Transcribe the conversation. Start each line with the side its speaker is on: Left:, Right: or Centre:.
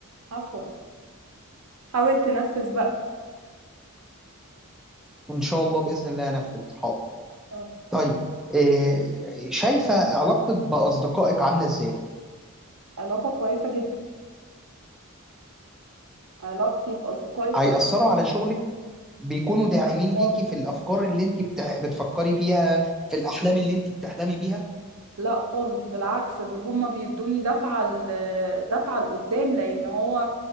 Right: عفوا حاول تنفذ بقى
Centre: ان شاء الله باذن الله انفذ حاضر
Right: اه
Centre: طيب إيه شايفه علاقتك باصدقائك عامله ازاي
Right: علاقة كويسة جدا علاقتي بأصدقائي كويسة
Centre: هيأثروا
Right: جدا
Centre: على شغلك بيكونوا داعمين
Right: لا خالص
Centre: ليكي في الافكار اللي انت بتح... بتفكري فيها في الاحلام اللي انت بتحلمي بيها
Right: لا خالص بالعكس دول هما بيدوني دفعة ل- دفعة لقدام لأن هو